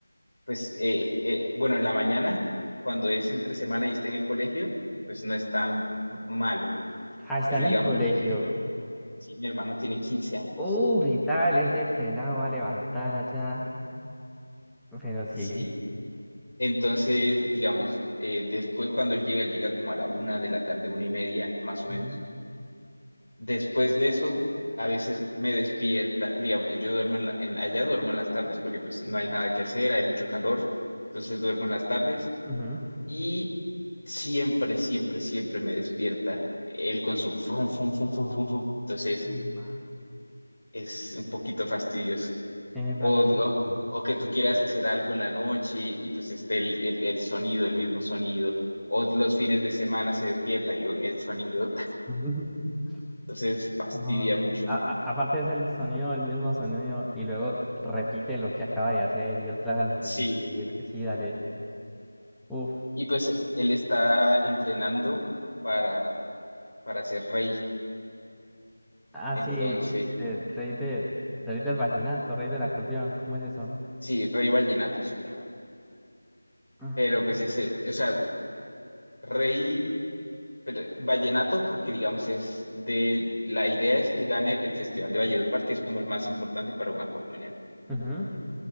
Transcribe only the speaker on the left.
pues, eh, eh, bueno, en la mañana, cuando es entre semana y está en el colegio, pues no es tan malo,
pero
digamos,
sí, mi hermano tiene 15 años,
sí. Entonces, digamos, eh, después cuando él llega, él llega como a la una de la tarde, una y media, más o menos.
Después de eso, a veces me despierta, digamos, yo duermo en la- en- allá duermo en las tardes porque pues no hay nada que hacer, hay mucho calor, entonces duermo en las tardes
y siempre, siempre, siempre me despierta él con su frum, frum, frum, frum, frum, frum. Entonces
es un poquito fastidioso.
O, o,
o que tú quieras hacer algo en la noche y pues esté el, el, el sonido, el mismo sonido. O los fines de semana se despierta y yo, el sonido.
<laughs> Entonces fastidia
mucho.
Sí,
Y pues él está entrenando para, para ser rey.
Entonces,
sí, rey vallenato se llama.
Pero pues ese, o sea, rey. Pero vallenato, porque digamos es de, la idea es que gane el Festival de Valledupar, que es como el más importante para un acordeonero.